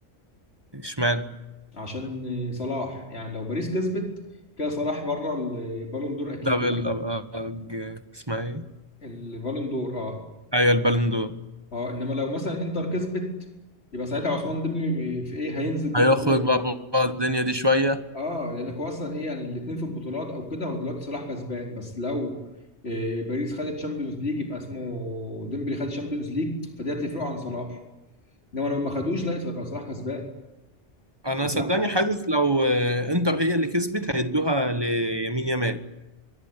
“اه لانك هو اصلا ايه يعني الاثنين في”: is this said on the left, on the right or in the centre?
Left